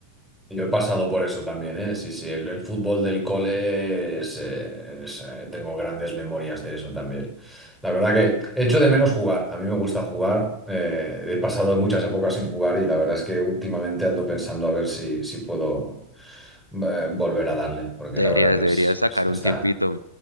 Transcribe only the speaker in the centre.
Yo he pasado por eso también, ¿eh? Sí, sí, el, el fútbol del cole es, eh, es, eh, tengo grandes memorias de eso también. La verdad que echo de menos jugar, a mí me gusta jugar, eh, he pasado muchas épocas sin jugar y la verdad es que últimamente ando pensando a ver si, si puedo eh, volver a darle, porque
la verdad que
es,
es- está,